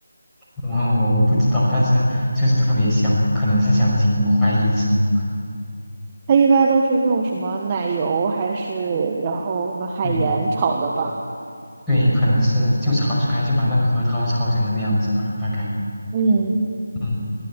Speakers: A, in the centre; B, on the right (about 25°).
A: 我我我不知道，但是就是特别香，可能是香精，我怀疑是。
B: 它一般都是用什么奶油还是然后什么海盐炒的吧？
A: 对对，可能是就炒出来就把那个核桃炒成那个样子吧，大概。
B: 嗯，
A: 嗯，